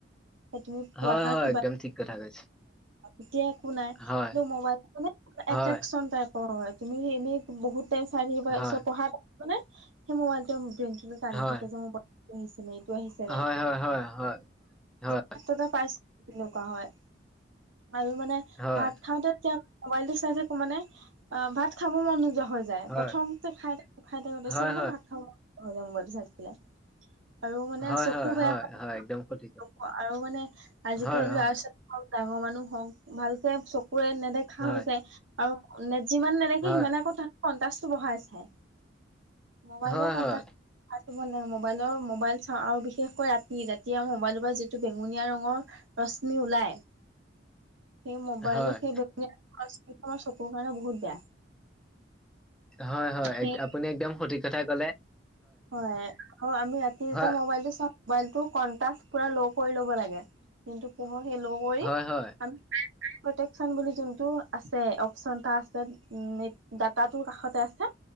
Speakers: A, on the right; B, in the centre.
A: <unintelligible> পঢ়া
B: হয়, হয়,
A: কিবা
B: একদম ঠিক কথা কৈছে।
A: এতিয়া একো নাই,
B: হয়,
A: কিন্তু মোবাইল মানে
B: হয়,
A: এট্ৰেকচন টাইপৰ হয়, তুমি এনেই বহুত চাই থাকিবা, তাৰপিছত
B: হয়,
A: পঢ়া <unintelligible> সেই মোবাইল ব্ৰেইনটো টানি
B: হয়,
A: থাকে যে মোৰ আহি <unintelligible> নিজৰ
B: হয়, হয়, হয়, হয়, হয়,
A: ক্ষেত্ৰতে পাইছোঁ তেনেকুৱা হয়। আৰু মানে
B: হয়,
A: ভাত খাওঁতে এতিয়া মোবাইলটো চাই থাকো মানে অ, ভাত খাব মন যোৱা হৈ য য়,
B: হয়,
A: প্ৰথমতে খাই থাকো, খাই থাকো, তাৰপিছত
B: হয়, হয়,
A: মানে ভাত খাব মন নোযোৱা হৈ যায়, মোবাইলটো চাই থাকিলে। আৰু
B: হয়,
A: মানে চকু
B: হয়,
A: বেয়া
B: হয়,
A: <unintelligible>
B: হয়, একদম সঠিক কথা।
A: আৰু মানে আজিকালি
B: হয়, হয়,
A: ল'ৰা-ছোৱালী আৰু ডাঙৰ মানুহ হওক, ভালকে চকুৰে নেদেখা
B: হয়,
A: হৈ যায়। আৰু যিমান নেদেখি
B: হয়,
A: সিমানে আকৌ তাত <unintelligible> টো বঢ়াই চায়। মোবাইলো
B: হয়,
A: কন
B: হয়,
A: <unintelligible> মোবাইলৰ, মোবাইল চাওঁ আৰু বিশেষকৈ ৰাতি, যেতিয়া মোবাইলটোৰ পৰা যিটো বেঙুনীয়া ৰঙৰ ৰশ্মি ওলাই সেই মোবাইলৰ
B: হয়,
A: সেই <unintelligible> আমাৰ চকুৰ কাৰণে বহুত বেয়া।
B: হয়, হয়,
A: সেই
B: আপুনি একদম সঠিক কথাই ক'লে।
A: হয়, <unintelligible> আমি ৰাতি যেতিয়া
B: হয়,
A: মোবাইলটো চাওঁ মবাইলটো কণ্টাছ পুৰা ল' কৰি ল'ব লাগে, যোনটো পোহৰ সেই ল' কৰি
B: হয়, হয়,
A: আমি <unintelligible> প্ৰটেকচন বুলি যোনটো আছে, অপচন এটা আছে ডাটাটোৰ কাষতে আছে।